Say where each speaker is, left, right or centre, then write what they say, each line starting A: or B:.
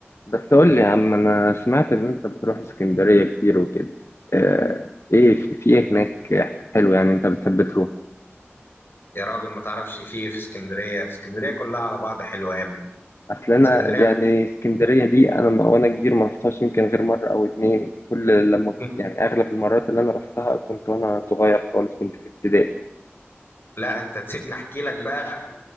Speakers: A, on the left; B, on the left.
A: بس قول لي يا عم انا سمعت ان انت بتروح اسكندرية كتير وكده آه، ايه في في ايه هناك حلو يعني انت بتحب تروح
B: يا راجل ما تعرفش في ايه في اسكندريه اسكندريه كلها على بعض حلوه يا ابني
A: اصل انا
B: اسكندريه
A: يعني اسكندرية دي انا م- وانا كبير ما رحتهاش يمكن غير مرة او اتنين كل لما
B: <laughs>
A: يعني اغلب المرات اللي انا رحتها كنت وانا صغير خالص كنت في ابتدائي
B: لا انت تسيبني احكي لك بقى